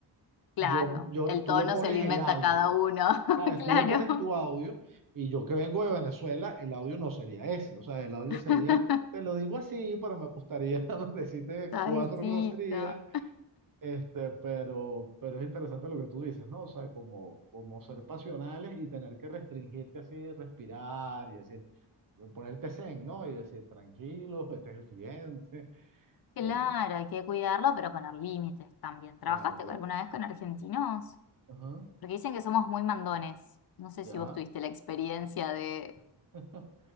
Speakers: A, on the left; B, on the right.
A: Claro,
B: yo, yo,
A: el
B: tú
A: tono
B: le pones
A: se lo
B: el
A: inventa
B: audio.
A: cada uno, <laughs>
B: ¿Sabes?
A: claro.
B: Tú le pones tu audio y yo que vengo de Venezuela, el audio no sería ese. O sea, el audio
A: <laughs>
B: sería, te lo digo así, pero me gustaría <laughs> decirte
A: Suavecito.
B: cuatro groserías, este, pero, pero es interesante lo que tú dices, ¿no? O sea, como, como ser pasionales y tener que restringirte así, respirar y decir, ponerte zen, ¿no? Y decir, tranquilo, este es el siguiente. <laughs>
A: Claro,
B: Eh,
A: hay que cuidarlo, pero poner límites también. ¿Trabajaste
B: claro, claro.
A: alguna vez con argentinos?
B: Ajá,
A: Porque dicen que somos muy mandones. No sé
B: ya.
A: si vos tuviste la experiencia de,
B: <laughs>